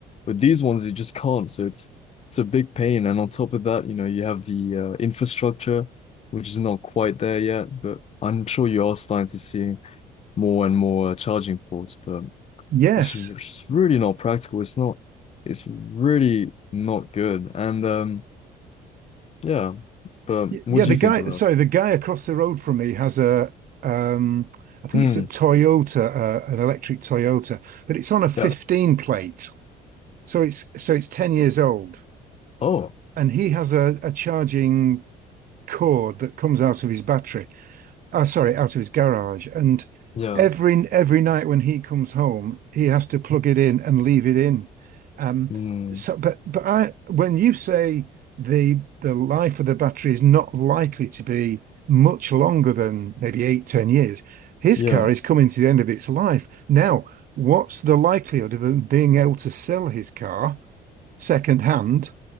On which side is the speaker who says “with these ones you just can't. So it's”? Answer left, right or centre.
Left